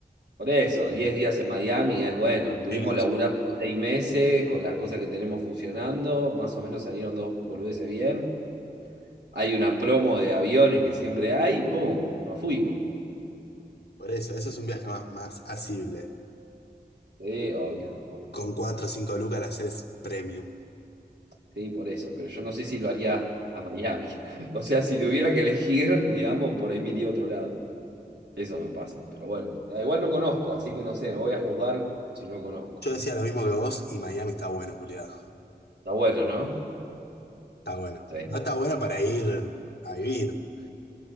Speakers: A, on the right; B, on the left.
A: Por eso, 10 días en Miami es bueno. Estuvimos
B: Enganche.
A: laburando seis meses con las cosas que tenemos funcionando. Más o menos salieron dos boludeces bien. Hay una promo de aviones que siempre hay, ¡pum! Nos fuimos.
B: Por eso, eso es un viaje más, más asible.
A: Sí, obvio, obvio.
B: Con 4 o 5 lucas la haces premium.
A: Sí, por eso, pero yo no sé si lo haría a Miami. <laughs> O sea, si tuviera que elegir, digamos, por ahí me iría a otro lado. Eso me pasa, pero bueno. Da igual no conozco, así que no sé, no voy a juzgar si no conozco.
B: Yo decía lo mismo que vos y Miami está bueno, culiado.
A: Está bueno, ¿no?
B: Está bueno.
A: Sí,
B: No está bueno para ir a vivir,